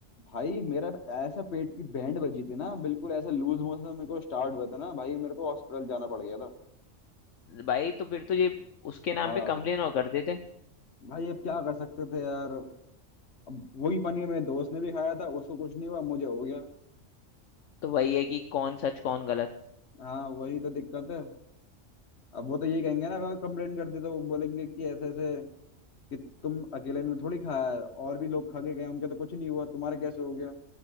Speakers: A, on the left (about 60°); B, on the left (about 75°).
A: भाई मेरा ऐसा पेट की बैंड बजी थी ना बिल्कुल ऐसा लूज मोशन मेरे को स्टार्ट हुआ था ना भाई मेरे को हॉस्पिटल जाना पड़ गया था
B: भाई तो फिर तो ये उसके नाम
A: हाँ
B: पे कंप्लेन और कर देते
A: भाई अब क्या कर सकते थे यार अब वही पनीर मेरे दोस्त ने भी खाया था उसको कुछ नहीं हुआ मुझे हो गया
B: तो वही है कि कौन सच कौन गलत
A: हाँ वही तो दिक्कत है अब वो तो यही कहेंगे ना अगर कंप्लेन करते तो वो बोलेंगे कि ऐसे ऐसे कि तुम अकेले ने थोड़ी खाया है और भी लोग खा के गए उनके तो कुछ नहीं हुआ तुम्हारा कैसे हो गया